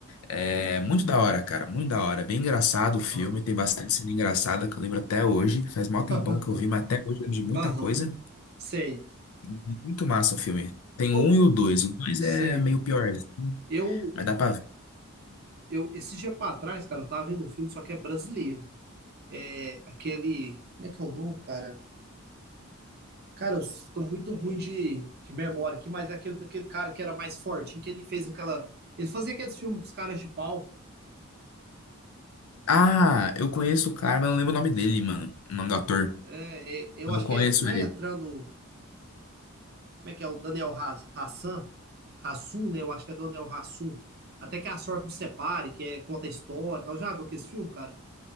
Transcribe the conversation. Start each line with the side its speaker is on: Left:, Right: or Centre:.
Left: É muito da hora, cara, muito da hora. Bem engraçado
Right: aham,
Left: o filme, tem bastante cena engraçada que eu lembro até hoje. Faz mal tempão
Right: <laughs>
Left: que eu vi, mas até hoje eu lembro de muita
Right: aham,
Left: coisa.
Right: sei.
Left: E Muito massa o filme. Tem o
Right: Ou,
Left: um e o dois. O dois
Right: sei.
Left: é meio pior,
Right: Eu,
Left: mas dá pra ver.
Right: eu, esse dia pra trás, cara, eu tava vendo um filme, só que é brasileiro. É aquele, como é que é o nome, cara? Cara, eu tô muito ruim de, de memória aqui, mas é aquele, aquele cara que era mais fortinho, que ele fez aquela, ele fazia aqueles filmes com os caras de pau.
Left: Ah, eu conheço o cara, mas não lembro o nome dele, mano. O nome do ator.
Right: É, é, eu
Left: Eu
Right: acho
Left: conheço
Right: que é, não é
Left: ele.
Right: entrando como é que é? O Daniel Ha- Hassan, Hassum, né? Eu acho que é Daniel Hassum. Até que a sorte nos separe, que é, conta a história e tal. Já viu que esse filme, cara?